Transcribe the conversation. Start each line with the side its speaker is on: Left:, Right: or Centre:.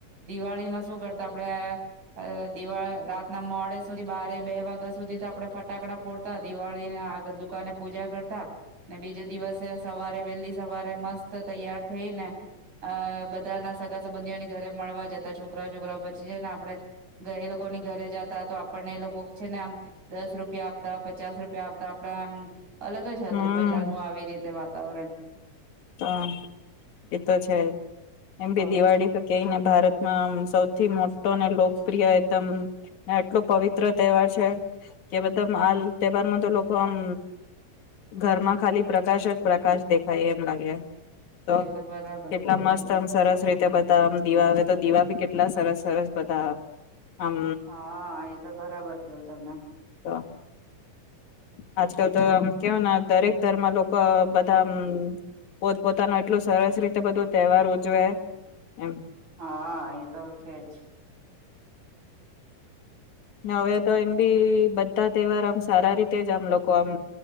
Right: દિવાળીમાં શું કરતા આપણે દિવા રાતના મોડે સુધી બારે બે વાગ્યા સુધી તો આપડે ફટાકડા ફોડતા દિવાળીને આગ દુકાને પૂજા કરતા બીજો દિવસ સવારે વહેલી સવારે મસ્ત તૈયાર થઈ ને અ બધા ના સગા સંબંધીઓની ઘરે મળવા જતા છોકરાઓ છોકરાઓ પછી છે ને આપે એ લોકોની ઘરે જતા તો આપણને એ લોકો છે ને આમ દસ રૂપિયા આપતા પચાસ રૂપિયા આપતા આપણેે આમ અલગ જ હતું
Left: હમ
Right: પહેલાનુંું આવી રત વાતાવરણ
Left: તો એતો છે એમી
Right: તો
Left: દિવાળી તો કેને ભારતમાં આમ સૌથી મોટો અનેને લોકપ્રિય એકદમ આટલો પવિત્ર તહેવાર છે કે બધા આ તહેવારમાં તો લોકો આમ ઘરમાં ખાલી પ્રકાશ જ પ્રકાશ દેખાય એ લાગે તો
Right: એ બરાબર
Left: કેટલા
Right: કયો
Left: મસ્ત
Right: તમે.
Left: આમ સરસ રીતે બધા આમ દીવા આવે તો દીવા કેટલા સરસ સરસ બધા આમ
Right: હા એ તો બરાબર કયો તમે
Left: તો આજકાલ તો આમ કેવય ને દરેક ધર્મ લોકો બધા પોત પોતાનું એટલું સરસ રીતે બધું તહેવાર ઉજવે એમ
Right: હા એ તો છેજ
Left: હવે તો બી બધા તહેવાર આમ સારા રીતે જ આમ લોકો આમ